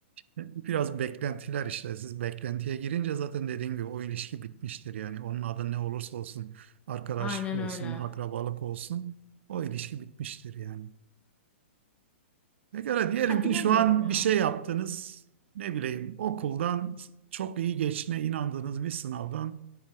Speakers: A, on the right (about 65°); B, on the left (about 15°).
A: biraz beklentiler işte. Siz beklentiye girince zaten dediğim gibi o ilişki bitmiştir. Yani onun adı ne olursa olsun, arkadaşlık
B: Aynen
A: olsun,
B: öyle.
A: akrabalık olsun o ilişki bitmiştir yani. Pekala diyelim
B: Ha
A: ki
B: bilemiyorum
A: şu an
B: ya.
A: bir şey yaptınız. Ne bileyim okuldan çok iyi geçine inandığınız bir sınavdan